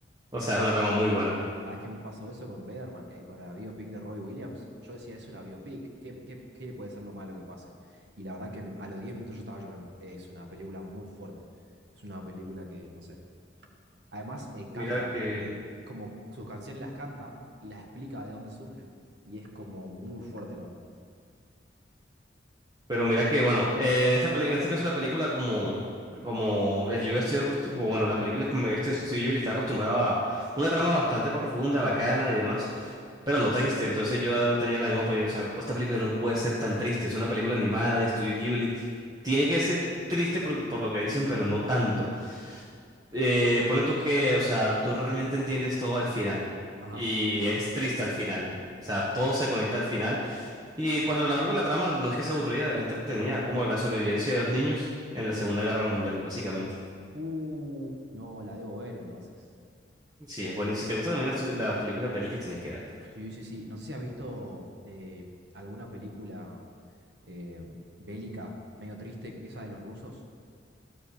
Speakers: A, on the right; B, on the right.
A: o sea, es una trama muy buena.
B: Sabés que me pasó eso con Bederman, eh, con la biopic de Roy Williams. Yo decía, es una biopic, ¿qué, qué, qué puede ser lo malo que pase? Y la verdad que a los 10 minutos yo estaba llorando. Es una película muy fuerte. Es una película que, no sé, Además, eh, canta,
A: Mira que,
B: eh, como sus canciones las canta y las explica de dónde surgen. Y es como muy fuerte, la verdad.
A: pero mira que, bueno, eh, en esta peli- en este caso la película como, como eh, yo estoy, acostu- o bueno, las películas que me he visto estoy yo y estaba acostumbrado a una trama bastante profunda, bacana y demás. Pero no triste, entonces yo tenía la misma opinión. O sea, esta película no puede ser tan triste. Es una película animada de Estudio Ghibli. Tiene que ser triste por, por lo que dicen, pero no tanto. Eh, pone tú que, o sea, tú realmente entiendes todo al final.
B: Ajá.
A: Y es triste al final. O sea, todo se conecta al final. Y pues a lo largo de la trama no es que sea aburrida, es entretenida. Es como la sobrevivencia de dos niños en la Segunda
B: ajá.
A: Guerra Mundial, básicamente.
B: Uh, no, la debo ver entonces.
A: Sí, es bueno. Y si te gustan también las, las películas bélicas, tienes que verla.
B: Sí, sí, sí. No sé si has visto eh, alguna película eh, bélica, medio triste, esa de los rusos.